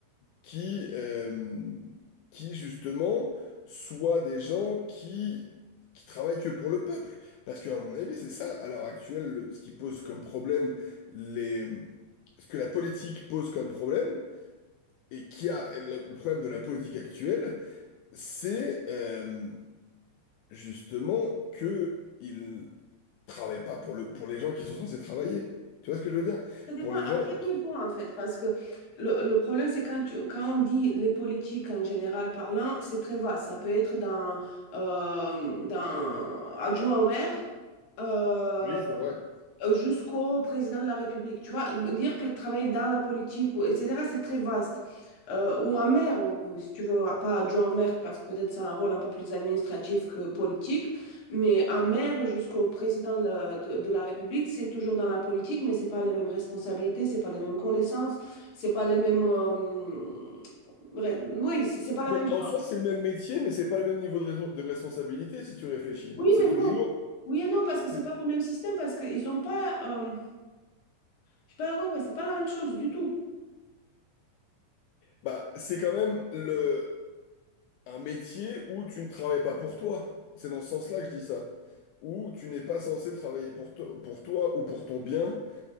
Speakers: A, on the left; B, on the left.
A: qui, euh, qui justement soient des gens qui, qui travaillent que pour le peuple. Parce qu'à mon avis, c'est ça, à l'heure actuelle, le- ce qui pose comme problème les... ce que la politique pose comme problème, et qui a le le problème de la politique actuelle, c'est euh, justement que ils travaillent pas pour le, pour les gens qui sont censés travailler. Tu vois ce que je veux dire?
B: Ça dépend
A: Pour les
B: à
A: gens
B: quel
A: qui...
B: niveau, en fait, parce que le, le problème, c'est quand, tu, quand on dit les politiques en général parlant, c'est très vaste. Ça peut être d'un euh, d'un adjoint au maire, euh,
A: Oui, c'est vrai.
B: euh, jusqu'au président de la République. Tu vois, dire que travailler dans la politique, ou, etc., c'est très vaste. Euh, ou un maire, ou- si tu veux, pas adjoint au maire, parce que peut-être c'est un rôle un peu plus administratif que politique, mais un maire jusqu'au président de la, de- de la République, c'est toujours dans la politique, mais c'est pas les mêmes responsabilités, c'est pas les mêmes connaissances, c'est pas les mêmes... euh, re- oui, c'est c'est pas la
A: Mais
B: même chose.
A: en soi, c'est le même métier, mais c'est pas le même niveau de, respons- de responsabilité si tu réfléchis.
B: Oui,
A: C'est
B: mais
A: toujours,
B: non. Oui et non, parce que c'est
A: c'est-
B: pas le même système, parce qu'ils ont pas... euh, je sais pas quoi, quoi, c'est pas la même chose du tout.
A: bah, c'est quand même le, un métier où tu ne travailles pas pour toi. C'est dans ce sens-là que je dis ça. Où tu n'es pas censé travailler pour, to- pour toi ou pour ton bien.